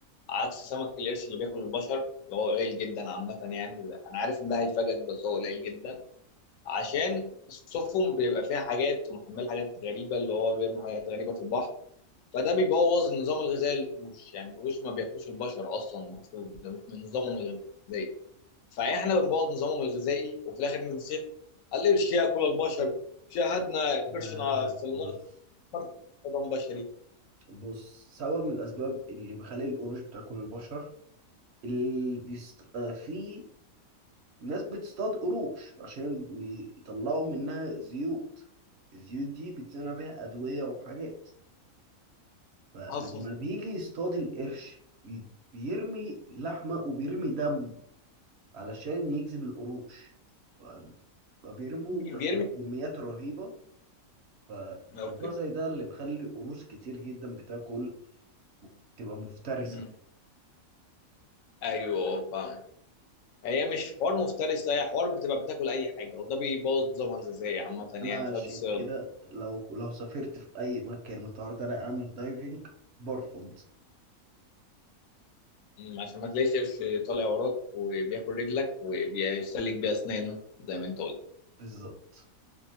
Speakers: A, on the left; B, on the right.
A: عكس سمك القرش اللي بياكل البشر اللي هو قليل جدا عامة يعني أنا عارف إن ده هيفاجئك بس هو قليل جدا عشان السفن بيبقى فيها حاجات ومحمل حاجات غريبة اللي هو بيرمي حاجات غريبة في البحر فده بيبوظ النظام الغذائي للقروش يعني القروش ما بياكلوش البشر أصلا المفروض ده مش من نظامهم الغذائي فإحنا بنبوظ نظامهم الغذائي وفي الآخر بنصيح القرش ياكل البشر شاهدنا قرشنا
B: آه،
A: في الماضي
B: بص
A: حضن بشري
B: بص سبب من الأسباب اللي بيخلي القروش بتاكل البشر اللي بيست... آه، في ناس بتصطاد قروش عشان يطلعوا منها زيوت الزيوت دي بيتصنع بيها أدوية وحاجات فلما
A: عاصم
B: بيجي يصطاد القرش بي- بيرمي لحمة وبيرمي دم علشان يجذب القروش ف- فبيرموا
A: بيرمي
B: ب- وبكميات رهيبة فالموضوع
A: اوكي
B: زي ده اللي بيخلي قروش كتير جدا بتاكل تبقى مفترسة
A: مم. ايوه فاهم هي مش حوار مفترس هي حوار بتبقى بتاكل اي حاجه وده بيبوظ نظامها الغذائي عامه يعني
B: انا
A: بسبب
B: عشان
A: الصياد
B: كده لو لو سافرت في اي مكان متعرض عليا اعمل دايفنج برفض
A: مم، عشان ما تلاقيش قرش طالع وراك وبياكل رجلك وبيسلك بيها اسنانه زي ما انت قلت
B: بالظبط